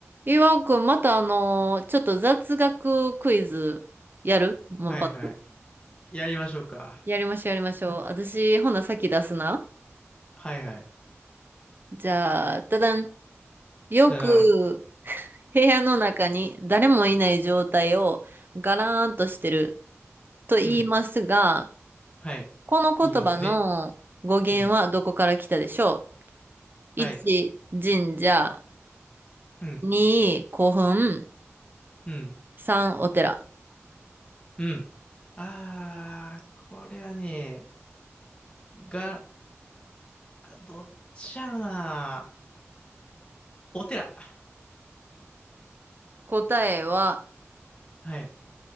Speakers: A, on the right; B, on the left.
A: 岩尾くん、またあのーちょっと雑学クイズやるもうパッと。
B: はいはい。やりましょうか。
A: やりましょう、やりましょう。私、ほな、先出すな。
B: はいはい。
A: じゃあ、ただん。よく、
B: だだん。
A: 部屋の中に誰もいない状態をガラーンとしてると言いますが、
B: うん。はい。
A: この言葉の語源はどこから来たでしょ
B: 言いますね。うん。はい。
A: う ?1、神社。
B: うん。
A: 2、古墳。
B: うん。
A: 3、お寺。
B: うん。あー、これはね、が、あどっちやろな。お寺。
A: 答えは、
B: はい。